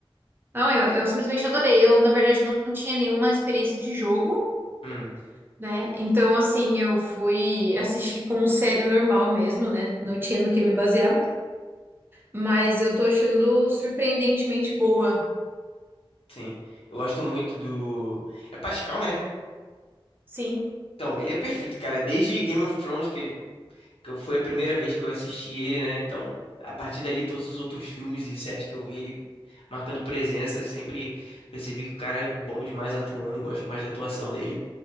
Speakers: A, on the right; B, on the left.
A: Não, eu, eu simplesmente adorei. Eu, na verdade, não tinha nenhuma experiência de jogo,
B: Hum,
A: né? Então, assim, eu fui assistir como série normal mesmo, né? Não tinha no que me basear. Mas eu tô achando surpreendentemente boa.
B: sim. Eu gosto muito do... É Pascal, né?
A: Sim,
B: Então, ele é perfeito, cara. Desde Game of Thrones, que, que eu- foi a primeira vez que eu assisti ele, né? Então, a partir dali, todos os outros filmes e séries que eu vi, ele marcando presença, eu sempre percebi que o cara é bom demais atuando, gosto demais da atuação dele.